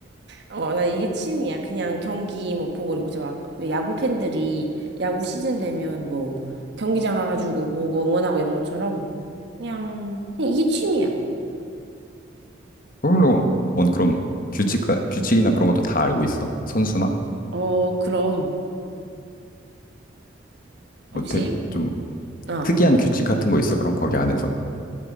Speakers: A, on the right; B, on the left.
A: 어, 나 이게 취미야. 그냥 경기 뭐 보고 이런 거 있잖아. 막 야구 팬들이 야구 시즌 되면 뭐 경기장 와가지고 보고 응원하고 이런 것처럼 그냥, 그냥 이게 취미야.
B: 그럼 원 그럼 규칙 규칙이나 그런 것도 다 알고 있어? 선수나
A: 어, 그럼
B: 뭐
A: 혹시,
B: 좀
A: 아,
B: 특이한 규칙 같은 거 있어? 그럼 거기 안에서?